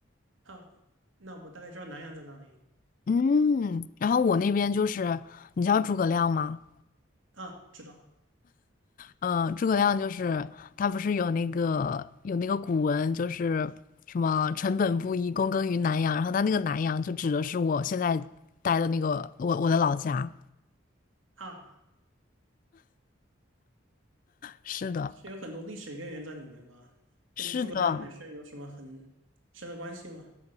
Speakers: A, on the right (about 80°); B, on the left (about 40°).
A: 啊，那我大概知道南阳在哪里
B: 嗯，然后我那边就是，你知道诸葛亮吗？
A: 啊，知道
B: 嗯，诸葛亮就是他不是有那个有那个古文，就是什么“臣本布衣，躬耕于南阳”，然后他那个南阳就指的是我现在待的那个我我的老家。
A: 啊，
B: 是的。
A: 是有很多历史渊源在里面吧？跟诸葛亮本身有什么很深的关系吗？
B: 是的，